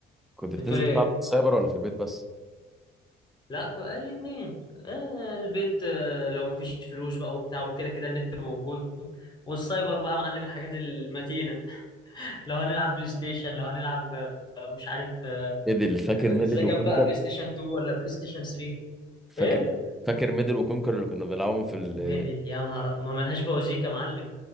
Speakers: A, in the centre; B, on the left (about 20°).
A: كنت بتنزل
B: بتقول
A: تلعب
B: ايه
A: في السايبر ولا في البيت بس؟
B: لا ك- الاتنين آه البيت آه لو مفيش فلوس بقى وبتاع وكده كده النت موجود والسايبر بقى معلم الحاجات المتينة لو هنلعب بلاي ستيشن لو هنلعب آه، مش عارف آه،
A: ميدل فاكر
B: آه،
A: ميدل
B: اذا كان
A: وكونكر؟
B: بقى بلاي ستيشن 2 ولا بلاي ستيشن 3
A: فاكر
B: ايه
A: فاكر ميدل وكونكر اللي كنا بنلعبهم في السايبر؟
B: ميدي يا نهار ما منهاش بوازيك يا معلم